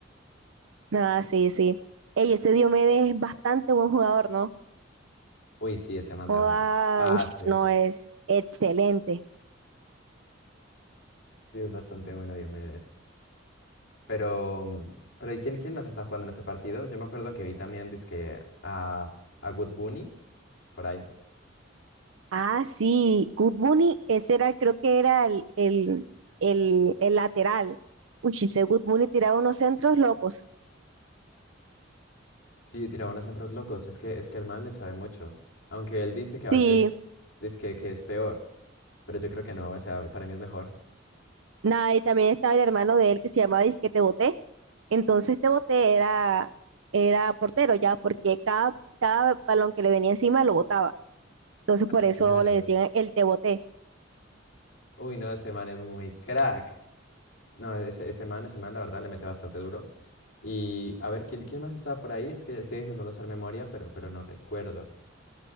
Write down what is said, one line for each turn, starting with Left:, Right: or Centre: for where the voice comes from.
Right: Ah, sí, sí. Ey, ese Diomedes es bastante buen jugador, ¿no?
Left: Uy, sí, ese manda
Right: Joda,
Left: unos pases.
Right: ush, no es excelente.
Left: Sí, es bastante bueno Diomedes. Pero, pero ¿y quién, quién más está jugando en ese partido? Yo me acuerdo que vi también, dizque a, a Good Bunny, por ahí.
Right: Ah, sí, Good Bunny, ese era, el- creo que era el, el, el, el lateral. Uy, si ese Good Bunny tiraba unos centros locos.
Left: Sí, tiraba unos centros locos. Es que, es que el man le sabe mucho. Aunque él dice que a
Right: Sí,
Left: veces, dizque que es peor. Pero yo creo que no, o sea, para mí es mejor.
Right: nada, y también estaba el hermano de él que se llamaba Disque Te Boté. Entonces Te Boté era, era portero ya, porque cada, cada balón que le venía encima lo botaba. Entonces por
Left: Ah,
Right: eso
Left: claro.
Right: le decían el Te Boté.
Left: Uy, no, ese man es muy crack. No, ese, ese man, ese man, la verdad, le mete bastante duro. Y a ver, ¿quién, quién más estaba por ahí? Es que estoy intentando hacer memoria, pero, pero no recuerdo.